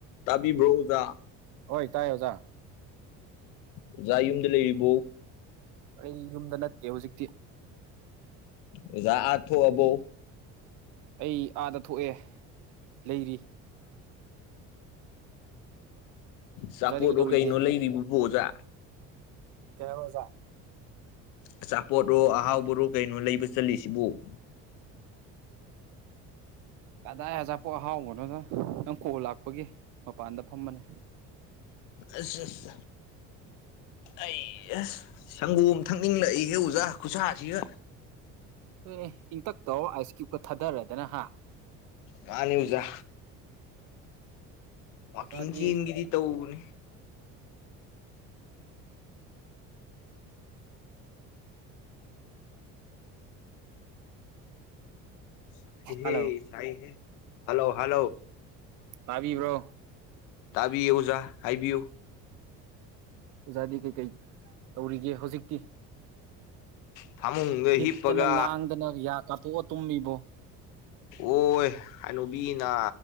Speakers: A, on the left (about 80°); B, on the right (about 70°).
A: ꯇꯕꯤꯕ꯭ꯔꯣ ꯑꯣꯖꯥ
B: ꯍꯣꯏ ꯇꯥꯏ ꯑꯣꯖꯥ
A: ꯑꯣꯖꯥ ꯌꯨꯝꯗ ꯂꯩꯔꯤꯕꯣ
B: ꯑꯩ ꯌꯨꯝꯗ ꯅꯠꯇꯦ ꯍꯧꯖꯤꯛꯇꯤ
A: ꯑꯣꯖꯥ ꯑꯥ ꯊꯣꯛꯑꯕꯣ
B: ꯑꯩ ꯑꯥꯗ ꯊꯣꯛꯑꯦ ꯂꯩꯔꯤ
A: ꯑꯆꯥꯄꯣꯠꯂꯣ
B: ꯑꯣꯖꯥꯗꯤ ꯀꯩꯗꯧꯔꯤꯒꯦ
A: ꯀꯩꯅꯣ ꯂꯩꯔꯤꯕꯕꯨ ꯑꯣꯖꯥ
B: ꯀꯩ ꯍꯥꯕ ꯑꯣꯖꯥ
A: ꯑꯆꯥꯄꯣꯠꯔꯣ ꯑꯍꯥꯎꯕꯔꯣ ꯀꯩꯅꯣ ꯂꯩꯕ ꯆꯠꯂꯤꯁꯤꯕꯨ <inaudible>
B: ꯀꯗꯥꯏ ꯑꯆꯥꯄꯣꯠ ꯑꯍꯥꯎꯕꯅꯣꯗ ꯅꯪ ꯀꯣꯜ ꯂꯥꯛꯄꯒꯤ ꯃꯄꯥꯟꯗ ꯐꯝꯕꯅꯦ
A: ꯑꯁ ꯑꯁ ꯑꯩ ꯍꯥ ꯁꯪꯒꯣꯝ ꯊꯛꯅꯤꯡꯂꯛꯏꯍꯦ ꯑꯣꯖꯥ ꯈꯨꯠꯁꯥꯁꯤꯒ
B: ꯍꯣꯏꯅꯦ ꯏꯪꯇꯛ ꯇꯧꯔ ꯑꯥꯏꯁ ꯀ꯭ꯌꯨꯞꯀ ꯊꯥꯗꯔꯗꯅ ꯍꯥ
A: ꯃꯥꯅꯤ ꯑꯣꯖꯥ ꯋꯥꯀꯤꯡ
B: ꯑꯣꯖꯥꯗꯤ
A: ꯆꯦꯟꯒꯦꯗꯤ ꯇꯧꯕꯅꯤ ꯁꯥꯢꯍꯦ
B: ꯍꯜꯂꯣ
A: ꯁꯥꯢꯍꯦ ꯍꯜꯂꯣ ꯍꯜꯂꯣ
B: ꯇꯥꯕꯤꯕ꯭ꯔꯣ
A: ꯇꯥꯕꯤꯌꯦ ꯑꯣꯖꯥ ꯍꯥꯏꯕꯤꯌꯨ
B: ꯑꯣꯖꯥꯗꯤ ꯀꯩꯀꯩ ꯇꯧꯔꯤꯒꯦ ꯍꯧꯖꯤꯛꯇꯤ
A: ꯐꯃꯨꯡꯗ ꯍꯤꯞꯄꯒ
B: ꯍꯤꯞꯇꯅ ꯂꯥꯡꯗꯅ ꯌꯥ ꯀꯥꯊꯣꯛꯑ ꯇꯨꯝꯃꯤꯕꯣ
A: ꯑꯣꯢ ꯍꯅꯨꯕꯤꯅ